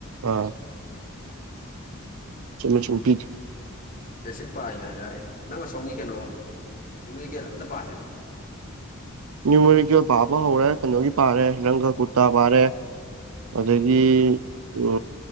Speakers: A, on the right; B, on the left.
A: ꯑꯥ ꯆꯂ ꯆꯨꯄꯤꯤ
B: ꯕꯦꯁꯤꯛ ꯄꯥꯔꯤꯉꯩꯗ ꯅꯪ ꯑꯁꯣꯝꯒꯤ ꯀꯩꯅꯣ ꯔꯤꯃꯤꯔꯤꯀꯦꯠ ꯑꯝꯇ ꯄꯥꯗ꯭ꯔꯤꯕ
A: ꯅꯅꯤꯌꯃ ꯄꯥꯕ ꯍꯧꯔꯦ ꯀꯩꯅꯣꯒꯤ ꯄꯥꯔꯦ ꯔꯪꯒ ꯀꯨꯔꯇꯥ ꯄꯥꯔꯦ ꯑꯗꯒꯤ ꯎ